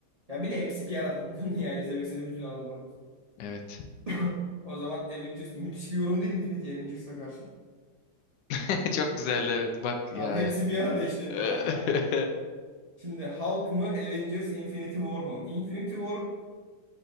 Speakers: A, on the right; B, on the left.
A: Ya bir de hepsi bir arada anladın mı ya izlemek istediğim bütün adamlar.
B: Evet.
A: <coughs> <laughs> O zaman Avengers müthiş bir yorum değil mi peki Avengers'a karşı?
B: <laughs> Çok güzel evet. Bak
A: Ya
B: ya.
A: hepsi
B: ya.
A: bir arada işte.
B: <laughs>
A: Aa. Şimdi Hulk mı Avengers Infinity War mu? Infinity War